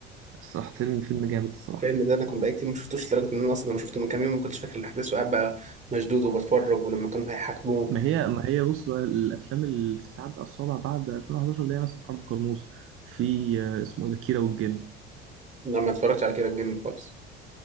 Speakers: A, on the right (about 40°); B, on the right (about 20°).
A: الصراحة فيلم فيلم جامد الصراحة
B: الفيلم ده أنا كنت بقالي كتير ما شفتوش لدرجة إن أنا أصلا لما شفته من كام يوم ما كنتش فاكر الأحداث وقاعد بقى مشدود وبتفرج ولما كانوا هيحاكموه
A: ما هي ما هي بص بقى الافلام اللي تتعدى على الصوابع بعد 2011 اللي هي مثلا حرب كرموز في آه، اسمه ايه ده كيرة والجن
B: لا ما اتفرجتش على كيرة الجن ده خالص